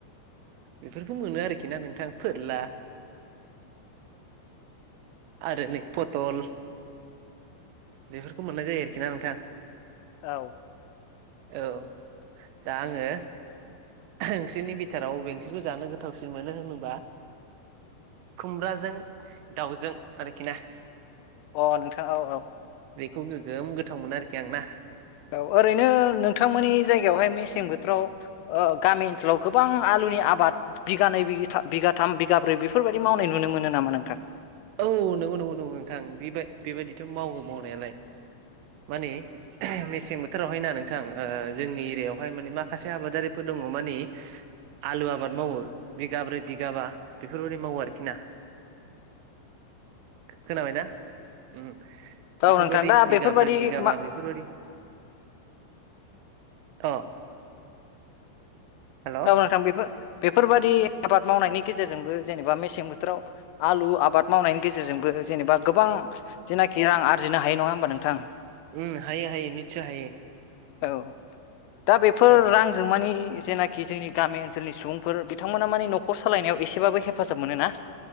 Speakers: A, on the right (about 80°); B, on the left (about 85°).
A: बेफोरखौ मोनो आरोखि ना नोंथां फोरला आरो नै पथल बेफोरखौ मोननाय जायो आरोखि ना नोंथां
B: औ
A: औ दा आङो ओंख्रिनि बिथोराव अबे ओंख्रिखौ जानो गोथावसिन मोनो होनोबा खुमब्राजों दाउजों आरोखि ना।
B: अ नोंथां औ औ।
A: बेखौ गोगोम गोथाव मोनो आरोखि आंना।
B: औ ओरैनो नोंथांमोननि जायगायावहाय मेसें बोथोराव ओ गामि ओनसोलाव गोबां आलु नि आबाद बिगानैै बि बिगाथाम बिगाब्रै बेफोरबायदि मावनाय नुनो मोनो नामा नोंथां?
A: औ नंगौ नंगौ नंगौ नोंथां बेबाय बेबायदिथ' मावो मावनायालाय। माने मेसें बोथोरावहाय ना नोंथां ओ जोंनि एरियायावहाय माने माखासे आबादारिफोर दं दङ' माने आलु आबाद मावो बिगाब्रै बिगाबा बेफोरबायदि मावो आरोखि ना। खोनाबायना? ओम। बेफोरबायदि
B: औ नोंथां दा
A: बिगाब्रै
B: बेफोरबादि
A: बिगाबा
B: मा
A: बेफोरबायदि अ। हेल'
B: औ <unintelligible> बिबो बेफोरबादि आबाद मावनायनि गेजेरजोंबो जेनेबा मेसें बोथोराव आलु आबाद मावनायनि गेजेरजोंबो जेनेबा गोबां जेनाखि रां आरजिनो हायो नङा होमबा नोंथां?
A: उम हायो हायो निसय हायो।
B: औ दा बेफोर
A: औ
B: रांजों मानि जेनाखि खि जोंनि गामि ओनसोलनि सुबुंफोर बिथांमोना माने न'खर सालायनायाव एसेबाबो हेफाजाब मोनोना।